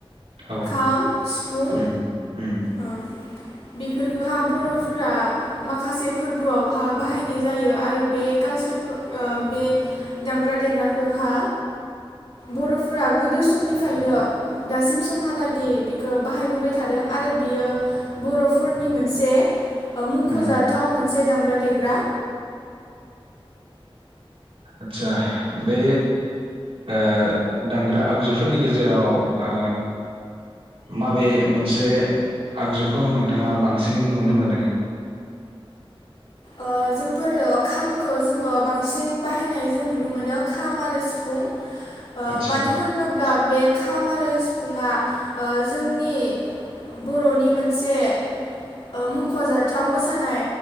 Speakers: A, on the right; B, on the left.
A: औ
B: खाम सिफुं
A: उम उम
B: ओ बेफोरखौ हा बर' फोरा माखासे फोरबोआवहा बाहायनाय जायो आरो बे कालचारखो ओ बे दामग्रा देग्राखोहा बर'फोरा गोदो समनिफ्रायनो दासिम समहालागि बिखौ बाहायबोबाय थादों आरो बियो बर'फोरनि मोनसे ओ मुंख'जाथाव
A: उम
B: मोनसे दामग्रा देग ग्रा
A: आदसा बे ओ दामग्रा आगजुफोरनि गेजेराव ओ माबे मोनसे आगजुखौ नोंथाङा बांसिन नुनो मोनो
B: ओ जोंफोरो खामखो जोङो बांसिन बाहायनाय जों नुनो मोनो खाम आरो सिफुं ओ
A: आतसा
B: मानो होनोब्ला बे खाम आरो सिफुङा ओ जोंनि बर'नि मोनसे ओ मुंख'जाथाव मोसानाय